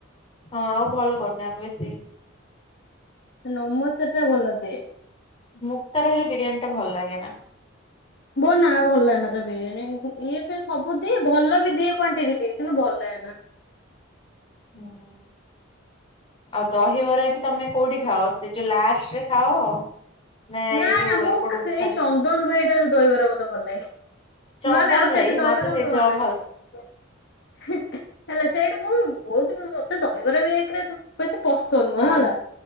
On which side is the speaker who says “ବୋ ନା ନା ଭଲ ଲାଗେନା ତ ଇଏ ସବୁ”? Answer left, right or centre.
Left